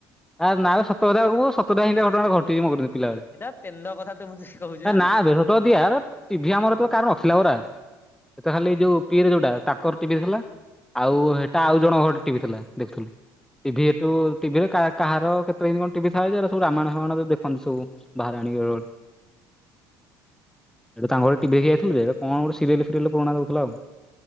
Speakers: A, in the centre; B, on the left.
A: ଆ ନାବେ ସତ କଥା କୁହ ସତଟା ହିଁ ଏମତିଆ ଘଟଣାଟା ଘଟିଚି ମୋ କରି ପିଲାବେଳେ
B: ଏଇଟା ପେନ୍ଦ କଥା ତୁ ମତେ କହୁଛୁ
A: ଏ
B: ଜାଣିଛି
A: ନାବେ ସତ ସତିକା ଏରା ଟିଭି ଆମର ହେତଳେ କାର ନଥିଲା ପରା ସେତଳେ ଖାଲି ଏଇ ଯୋଉ ପିଏରେ ଯୋଉଟା ତାଙ୍କର ଟିଭି ଥିଲା ଆଉ ହେଟା ଆଉ ଜଣଙ୍କ ହଟି ଟିଭି ଥିଲା ଦେଖୁଥିଲୁ ଟିଭି ଏଠୁ ଟିଭିରେ କା କାହାର କେତ ହେମିତି କଣ ଟିଭି ଥାଏ ଯେ ଏରା ସବୁ ରାମାୟଣ ଫାମାୟଣ ଦେଖନ୍ତି ସବୁ ବାହାରେ ଆଣିକି ବେଳେବେଳେ ଏଟା ତାଙ୍କ ଘରେ ଟିଭି ଦେଖି ଯାଇଥିଲୁ ଯେ ଏଟା କଁ ଗୋଟେ ସିରିଏଲ ଫିରିଏଲ ପୁରୁଣା ଦୋଉଥୁଲା ଆଉ